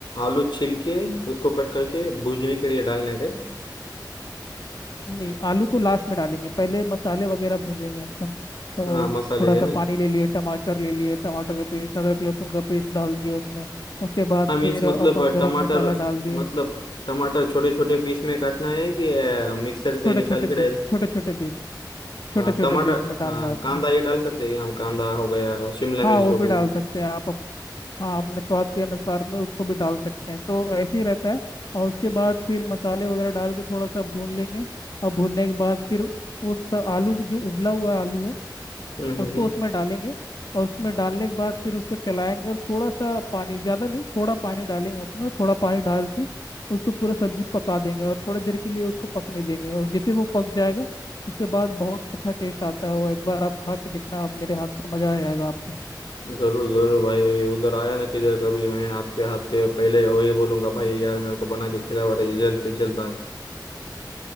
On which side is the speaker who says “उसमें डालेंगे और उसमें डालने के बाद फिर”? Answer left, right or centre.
Left